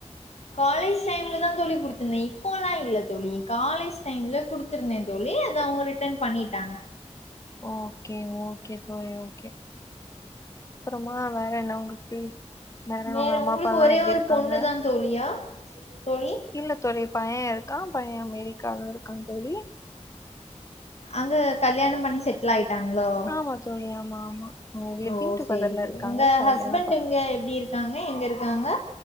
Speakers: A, on the left (about 60°); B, on the left (about 25°).
A: காலேஜ் டைம்ல தான் தோழி குடுத்திருந்தேன் இப்போல்லாம் இல்ல தோழி காலேஜ் டைம்ல குடுத்திருந்தேன் தோழி அதை அவங்க ரிட்டர்ன் பண்ணிட்டாங்க
B: ஓகே ஓகே தோழி ஓகே அப்புறமா வேற என்ன உங்களுக்கு
A: வேற
B: உங்க அம்மா
A: உங்களுக்கு
B: அப்பால்லா
A: ஒரே
B: எப்டி
A: ஒரு
B: இருக்காங்க?
A: பொண்ணுதான் தோழியா தோழி.
B: இல்ல தோழி பையன் இருக்கான் பையன் அமெரிக்காவுல இருக்கான் தோழி
A: அங்க கல்யாணம் பண்ணி செட்டில் ஆயிட்ட ட்டங்கலோ
B: ஆமா தோழி ஆமா ஆமா ம் லிவ்விங்
A: ஓ
B: டுகெதர்ல
A: சரி ங்க தோழி
B: இருக்காங்க
A: உங்க
B: கல்யாண
A: ஹஸ்பண்ட் இங்க எப்படி இருக்காங்க எங்க இருக்கு இருக்காங்க